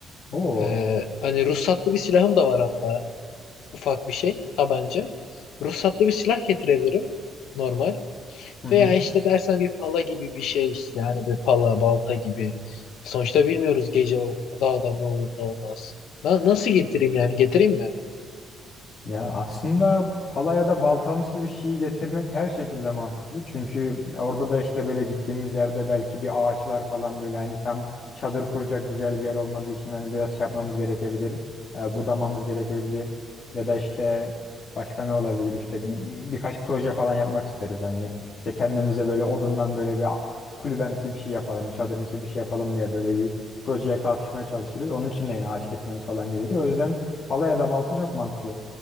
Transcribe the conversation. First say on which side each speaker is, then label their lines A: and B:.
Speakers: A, on the left (about 45°); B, on the left (about 75°).
A: Oo.
B: Ee, hani ruhsatlı bir silahım da var hatta. ufak bir şey tabanca. Ruhsatlı bir silah getirebilirim normal.
A: Hı hı.
B: Veya işte dersen bir pala gibi bir şey işte yani bir pala balta gibi. Sonuçta bilmiyoruz gece o dağda ne olur ne olmaz. Ben nasıl getireyim yani getireyim mi?
A: Ya aslında palaya da baltamsı bir şeyi getirmek her şekilde mantıklı. Çünkü orada da işte böyle gittiğimiz yerde belki bir ağaçlar falan böyle hani tam çadır kuracak güzel bir yer olmadığı için hani biraz şey yapmamız gerekebilir. E, budamamız gerekebilir. Ya da işte başka ne olabilir işte bir birkaç proje falan yapmak isteriz. Hani işte kendimize böyle odundan böyle bir a- kulübemsi bir şey yapalım, bir çadırımsı bir şey yapalım diye böyle bir projeye kalkışmaya çalışırız. Onun için de yine ağaç kesmemiz falan gerekir. O yüzden palaya da balta çok mantıklı.